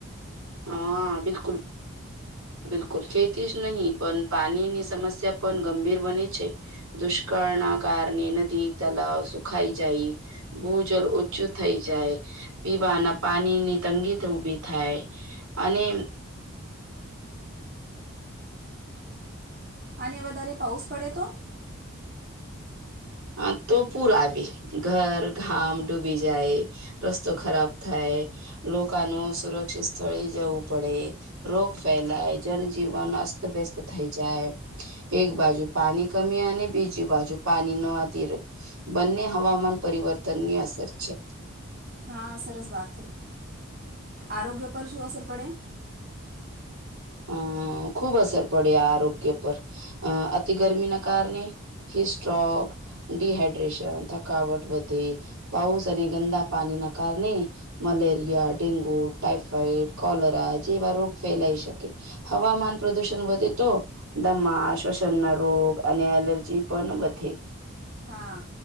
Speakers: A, on the right; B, on the right.
A: હા બિલકુલ. બિલકુલ. ખેતી જ નહીં પણ પાણીની સમસ્યા પણ ગંભીર બને છે. દુષ્કાળ વર્ણ ના કારણે નદી તલાવ સુખાઈ જાય ભૂજલ ઓછું થઈ જાય. પીવાના પાણી ની તંગી ઊભી થાય અને
B: અને વધારે પાઉસ પડે તો
A: અહ હ તો પૂર આવે ઘર ગામ
B: હા
A: ડૂબી જાય રસ્તો ખરાબ થાય. લોકાનું સુરક્ષિત સ્થળે જવું પડે રોગ ફેલાય જનજીવન માસ ટનવ્યસ્ત થઈ જાય એક બાજુ પાણી કમી અને બીજી બાજુ પાણી નો આધર બંને હવામાન પરિવર્તનની અસર છે.
B: હા, સરસ બાત હૈ. આરોગ્ય પર શું અસર પડે?
A: અહ અહ ખૂબ અસર પડે આ આરોગ્ય પર અહ અતિ ગરમીના કારણે હિસ્ટ્રોક ડીહાઈડ્રેશન થકાવટ વધે પાઉસ અને ગંદા પાણી ના કારણે મલેરિયા, ડેન્ગુ, ટાઈફઈડ, કોલરા જેવા રોગ ફેલાઈ શકે હવામાન પ્રદુષણ વધે તો દમા શ્વસનના રોગ અને એલર્જી પણ વધે.
B: હા.